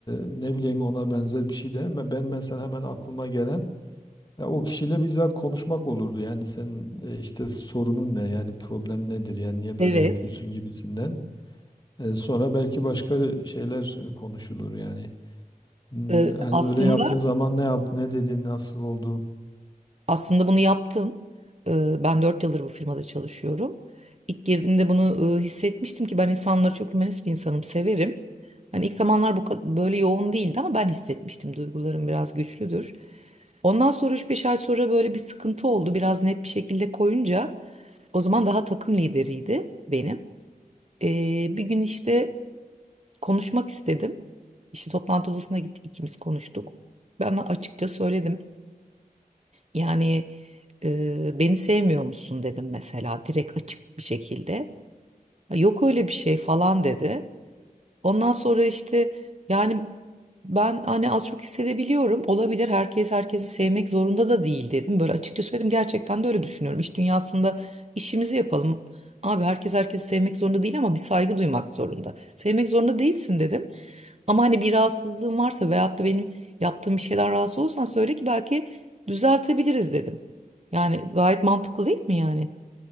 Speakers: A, on the left; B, on the right.
A: ne bileyim ona benzer bir şey de ben mesela hemen aklıma gelen ya o kişiyle bizzat konuşmak olurdu. Yani senin e, işte sorunun ne yani problem nedir yani niye böyle
B: Evet,
A: yapıyorsun gibisinden. E, sonra belki başka şeyler e, konuşulur yani. Hmm,
B: e,
A: Yani
B: aslında
A: öyle yaptığın zaman ne yaptı ne dedi nasıl oldu.
B: Aslında bunu yaptım. Ee, Ben 4 yıldır bu firmada çalışıyorum. İlk girdiğimde bunu e, hissetmiştim ki ben insanları çok hümanist bir insanım, severim. Hani ilk zamanlar bu ka- böyle yoğun değildi ama ben hissetmiştim. Duygularım biraz güçlüdür. Ondan sonra üç beş ay sonra böyle bir sıkıntı oldu. Biraz net bir şekilde koyunca o zaman daha takım lideriydi benim. Ee, bir gün işte konuşmak istedim. İşte toplantı odasına gittik ikimiz konuştuk. Ben açıkça söyledim. Yani e, beni sevmiyor musun dedim mesela direkt açık bir şekilde. "Ya Yok öyle bir şey falan dedi. Ondan sonra işte yani ben hani az çok hissedebiliyorum. Olabilir herkes herkesi sevmek zorunda da değil dedim. Böyle açıkça söyledim gerçekten de öyle düşünüyorum. İş dünyasında işimizi yapalım. Abi herkes herkesi sevmek zorunda değil ama bir saygı duymak zorunda. Sevmek zorunda değilsin dedim. Ama hani bir rahatsızlığın varsa veyahut da benim yaptığım bir şeyden rahatsız olursan söyle ki belki düzeltebiliriz dedim. Yani gayet mantıklı değil mi yani?